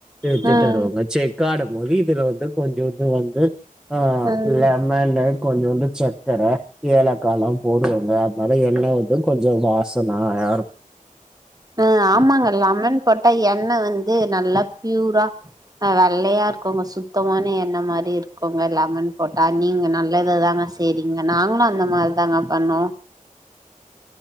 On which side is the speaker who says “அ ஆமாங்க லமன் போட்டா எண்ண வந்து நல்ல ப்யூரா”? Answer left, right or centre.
Right